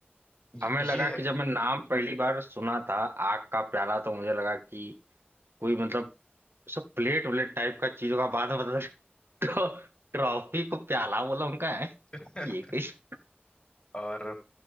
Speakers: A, on the left; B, on the right.
A: ये
B: हमें लगा कि
A: है
B: जब मैं नाम पहली बार सुना था आग का प्याला तो मुझे लगा कि कोई मतलब सब प्लेट व्लेट टाइप का चीजों का बाद में पता चला ट्रॉफी को प्याला बोला उनका है
A: <laughs>
B: ये कैसे
A: और